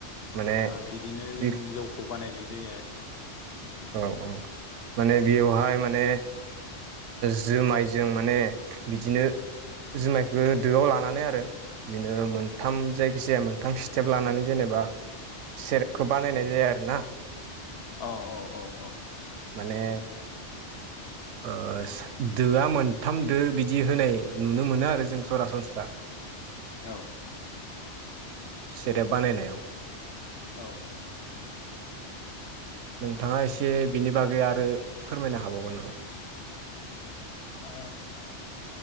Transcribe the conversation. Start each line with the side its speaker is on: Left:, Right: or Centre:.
Right: माने
Left: ओ बिदिनो
Right: बे
Left: जों जौखौ बानायनाय जायो
Right: औ औ माने बेवहाय
Left: औ
Right: माने जुमायजों माने बिदिनो जुमायखौ दोआव लानानै आरो बिदिनो मोनथाम
Left: औ
Right: जायखिजाया मोनथाम स्टेप लानानै जेनेबा सेरेपखौ बानायनाय जाया आरो ना
Left: औ औ औ
Right: माने ओ दोआ मोनथाम दो बिदि बिदि होनाय नुनो मोनो आरो जों सरासनस्रा
Left: औ
Right: सेरेब बानायनायाव
Left: औ
Right: नोंथाङा एसे बिनि बागै आरो फोरमायनो हाबावगोन नामा
Left: <inaudible> ओ